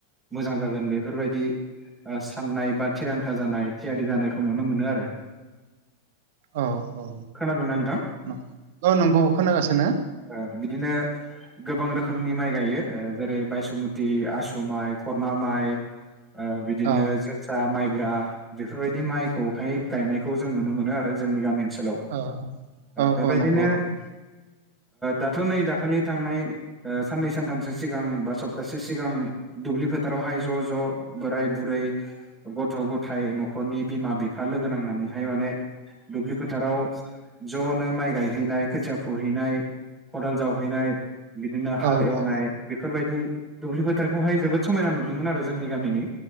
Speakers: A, in the centre; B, on the right.
A: मोजां जागोन बेफोरबायदि साननाय बा थिरांथा जानाय थियारि जानायखौ नुनो मोनो आरो
B: औ-औ-औ
A: खोनादोंना नोंथां
B: नोंग ओ नंगौ खोनागासिनो
A: ओ बिदिनो गोबां रोखोमनि माइ गायो जेरै बायसुमुति आसु माइ खुरमा माइ बिदिनो
B: औ
A: जोसा माइब्रा बेफोरबायदि माइखौहाय गायनाय खौ जों नुनो मोनो आरो जोंनि गामि ओनसोलाव
B: औ औ
A: बेबायदिनो
B: औ नंगौ नंगौ
A: दाथ' नै दाखालि थांनाय साननै सानथामसो सिगां बा सप्तासे सिगां दुब्लि फोथारावहाय ज' ज' बोराय बुरै गथ' गथाय न'खरनि बिमा बिफा लोगो नांनानैहाय माने दुब्लि फोथाराव ज'नो माइ गायहैनाय खोथिया फुहैनाय खदाल जावहैनाय बिदिनो हाल
B: औ
A: एवनाय
B: औ
A: बेफोरबायदि दुब्लि फोथारखौहाय जोबोद समायना नुदोंमोन आरो जोंनि गामिनि